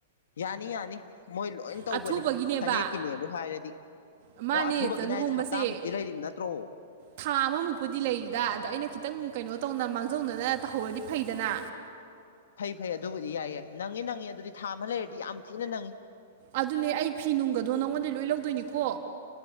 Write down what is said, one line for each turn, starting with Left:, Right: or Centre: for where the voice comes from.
Left: ꯌꯥꯅꯤ ꯌꯥꯅꯤ ꯃꯣꯏ ꯂꯣꯏ ꯇꯧꯕꯅꯤ
Right: ꯑꯊꯨꯕꯒꯤꯅꯦꯕ
Left: ꯐꯅꯦꯛꯀꯤꯅꯦꯕꯨ ꯍꯥꯏꯔꯗꯤ
Right: ꯃꯥꯅꯦ
Left: ꯑꯣ ꯑꯊꯨꯕꯒꯤꯅꯤ
Right: ꯇ ꯂꯨꯍꯣꯡꯕꯁꯦ
Left: ꯍꯥꯏꯁꯦ ꯍꯞꯇꯥꯃꯨꯛꯇꯤ ꯂꯩꯔꯤꯕ ꯅꯠꯇ꯭ꯔꯣ
Right: ꯊꯥ ꯑꯃꯃꯨꯛꯄꯨꯗꯤ ꯂꯩꯔꯤꯗ ꯑꯗ ꯑꯩꯅ ꯈꯤꯇꯪ ꯀꯩꯅꯣ ꯇꯧꯅ ꯃꯥꯡꯖꯧꯅꯅ ꯇꯧꯍꯧꯔꯗꯤ ꯐꯩꯗꯅ
Left: ꯐꯩ ꯐꯩ ꯑꯗꯨꯕꯨꯗꯤ ꯌꯥꯏ ꯌꯥꯏ ꯅꯪꯉꯤ ꯅꯪꯉꯤ ꯑꯗꯨꯗꯤ ꯊꯥ ꯑꯃ ꯂꯩꯔꯗꯤ ꯌꯥꯝ ꯊꯤꯅ ꯅꯪꯏ
Right: ꯑꯗꯨꯅꯦ ꯑꯩ ꯐꯤ ꯅꯨꯡꯒꯗꯣ ꯅꯉꯣꯟꯗꯩ ꯂꯣꯏ ꯂꯧꯗꯣꯏꯅꯤꯀꯣ